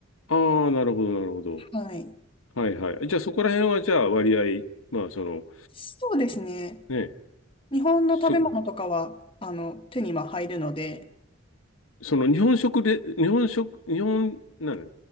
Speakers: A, on the left; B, on the left.
A: ああ、なるほど、なるほど。
B: はい。
A: はいはい。じゃあ、そこら辺は、じゃあ、割合、まあ、その、
B: そうですね。
A: ね、
B: 日本の食べ物とかは、
A: 食、
B: あの、手には入るので。
A: その、日本食で、日本食、日本、なの